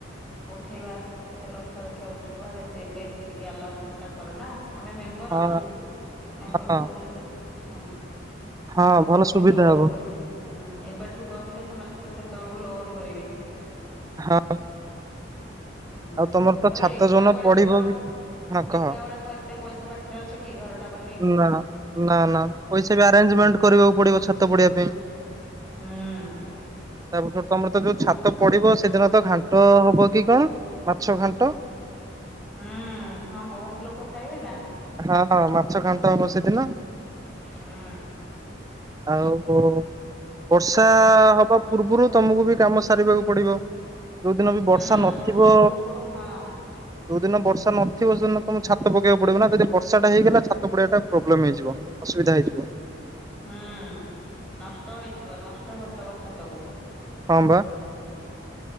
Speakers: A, in the centre; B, on the right (about 20°).
A: ଉଠେଇବା କେତେ ଲକ୍ଷ ଦେଖିଆ ଉଠେଇବା ଦଦି ଦେବେ କେତିକି ଆଲାଉ ଥିବ ତାଙ୍କର ନା ଆମେ ମେମ୍ ବର
B: ହଁ
A: ଅଛୁ ମେମ୍ବର
B: ହଁ
A: କୋରେବେ ହୁଁ।
B: ହଁ
A: ଆଉ ଲାମ୍ବା
B: ଭଲ ସୁବିଧା
A: ଲୋନ
B: ହବ।
A: କରିଆ ହୁଁ ଏବେଠୁ କହିଲେ ସେମାନେ ଫରେ ସେତେବେଳକୁ ଲୋନ କରିବେ।
B: ହଁ
A: ହୁଁ
B: ଆଉ ତମର
A: ତାପରେ
B: ତ ଛାତ
A: ଏକା
B: ଯୋଉଦିନ
A: ବେଳେକେ
B: ପଡିବ
A: କଣ
B: ବି ହଁ
A: ଏକା
B: କହ
A: ବେଳେ କଣ ଏତେ ପଇସା ପାଖରେ ଅଛି କି ଘରଟା ବନେଇବୁ
B: ନା ନା ନା
A: ହୁଁ
B: ପଇସାବି ଆ ରେଞ୍ଜମେଣ୍ଟ କରିବାକୁ ପଡିବ ଛାତ ପଡିବା ପାଇଁ।
A: ହୁଁ
B: ତାପରେ ତମର ତ ଯୋଉଛା ତ ପଡିବ ସେଦିନ ତ ଘାଣ୍ଟ ହବ କି କଣ ମାଛ ଘାଣ୍ଟ?
A: ହୁଁ ହଁ ବହୁତ ଲୋକ ଖାଇବେ ନା।
B: ହଁ ମାଛ ଘାଣ୍ଟ ହବ ସେଦିନ
A: ହୁଁ
B: ଆଉ ବର୍ଷା ହବା ପୂର୍ବରୁ ତମକୁ ବି କାମ ସାରିବାକୁ ପଡିବ। ଯୋଉଦିନ ବି ବର୍ଷା
A: ହୁଁ
B: ନଥିବ
A: ପୂର୍ବରୁ ହଁ
B: ଯୋଉଦିନ ବର୍ଷା ନଥିବ ସେଦିନ ତମ ଛାତ ପକବାକୁ ପଡିବ କିନା ଯଦି ବର୍ଷାଟା ହେଇଗଲା ଛାତ ପଡ଼ିବାଟା ପ୍ରବଲେମ୍ ହେଇଯିବ ଅସୁବିଧା ହୋଇଯିବ।
A: ହୁଁ ନଷ୍ଟ ହେଇଯିବ ନଷ୍ଟ କରିଦବ ଛାତକୁ।
B: ହଁ ବା।